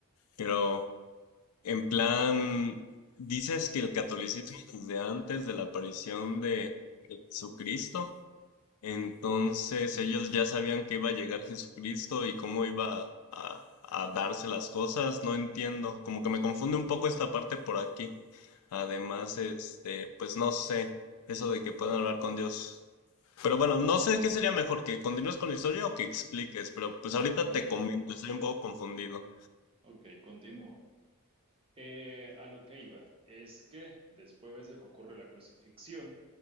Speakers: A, on the left; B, on the right.
A: Pero, en plan, dices que el catolicismo desde antes de la aparición de, de Jesucristo, entonces ellos ya sabían que iba a llegar Jesucristo y cómo iba a, a darse las cosas, no entiendo, como que me confunde un poco esta parte por aquí. Además, este, pues no sé, eso de que puedan hablar con Dios. Pero bueno, no sé qué sería mejor, que continúes con la historia o que expliques, pero pues ahorita
B: a
A: te
B: ver,
A: comento,
B: ok,
A: estoy un poco confundido.
B: ok, continúo. Eh, a lo que iba es que después de que ocurre la crucifixión,